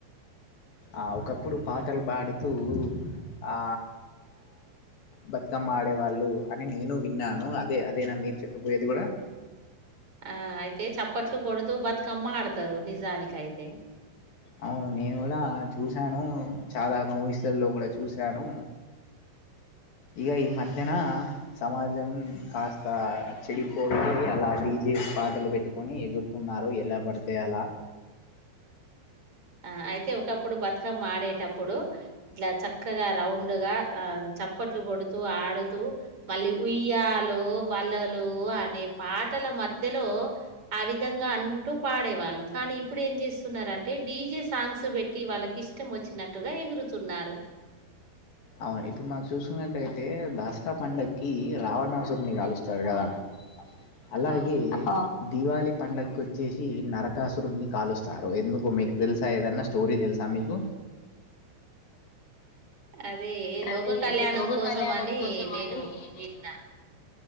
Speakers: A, on the left (about 55°); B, on the right (about 30°).
A: ఆ ఒకప్పుడు పాటలు పాడుతూ ఆ బతుకమ్మ ఆడే వాళ్ళు అని నేను విన్నాను అదే అదేనా మీరు చెప్పబోయేది గూడా
B: ఆ అయితే చప్పట్లు కొడుతూ బతుకమ్మ ఆడతారు నిజానికైతే
A: అవును నేను గూడా చూసి చూసాను చాలా మూవీస్ లలో గూడా చూసాను ఇగ ఈ మధ్యన సమాజం కాస్త చెడిపోయి అలా డీజే పాటలు పెట్టుకొని ఎగురుతున్నారు ఎలా పడితే అలా
B: ఆ అయితే ఒకప్పుడు బతుకమ్మ ఆడేటప్పుడు ఇట్లా చక్కగా రౌండ్ గా ఆ చప్పట్లు కొడుతూ ఆడుతూ మళ్ళీ ఉయ్యాలో వలలు లూ అనే పాటల మధ్యలో ఆ విధంగా అంటూ పాడేవాళ్ళు కానీ ఇప్పుడు ఏం చేస్తున్నారంటే డీజే సాంగ్స్ బెట్టి వాళ్ళకి ఇష్టం వచ్చినట్టుగా ఎగురుతున్నారు
A: అవును ఇప్పుడు మాకు చూసుకున్నట్టయితే దసరా పండుగకి రావణాసుని గాలుస్తారు గదా అలాగే
B: అవును.
A: దివాళి పండగకు వచ్చేసి నరకాసురుని కాలుస్తారు ఎందుకు మీకు తెలుసా ఏదన్నా స్టోరీ దెలుసా మీకు
B: అదే లోక
A: అదే
B: కళ్యాణం
A: లోక
B: కోసమని
A: కళ్యాణం కోసం
B: నేను
A: అని నేను
B: విన్నా.